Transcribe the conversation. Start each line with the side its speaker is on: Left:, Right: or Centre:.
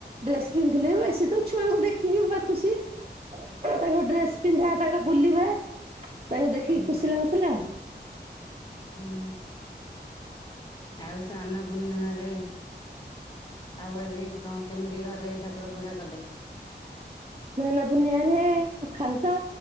Right: ଡ୍ରେସ୍ ପିନ୍ଧଥିଲେ ବେଶୀତ ଛୁଆଙ୍କୁ ଦେଖିକି ପୁରାଖସି ତାଙ୍କ ଡ୍ରେସ ପିନ୍ଧା ତାଙ୍କ ବୁଲିବା ତାଙ୍କୁ ଦେଖିକି
Left: ହୁଁ
Right: ଖୁସି ଲାଗୁଥିଲା।
Left: ହୁଁ ଆଉ ସ୍ନାନ ପୂର୍ଣ୍ଣିମାରେ ଆଉ ଆଜି କଣ କେମିତି ଘରେ ଠାକୁର ପୂଜା କଲେ?
Right: ସ୍ନାନ ପୂର୍ଣ୍ଣିମାରେ ସକାଳେ ତ